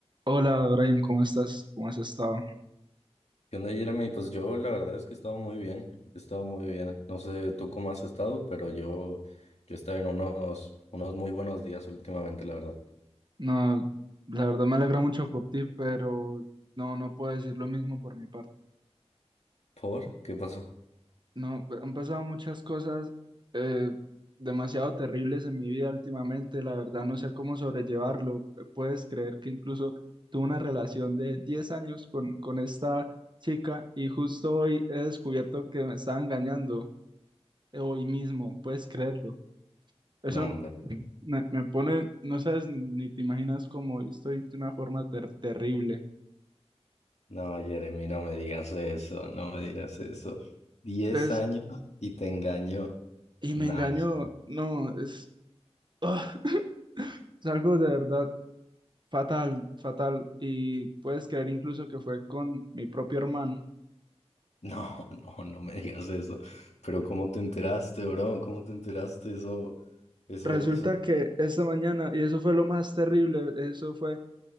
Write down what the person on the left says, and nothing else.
¿Qué onda, Jeremy? Pues yo la verdad es que he estado muy bien, he estado muy bien. No sé tú cómo has estado, pero yo, yo he estado en unos, unos muy buenos días últimamente, la verdad.
¿Por? ¿Qué pasó?
No me,
no, Jeremy, no me digas eso, no me digas eso. Diez
años y te engaño.
Nah,
eso-
no, no, no me digas eso. Pero ¿cómo te enteraste, bro? ¿Cómo te enteraste eso? Eso,
eso.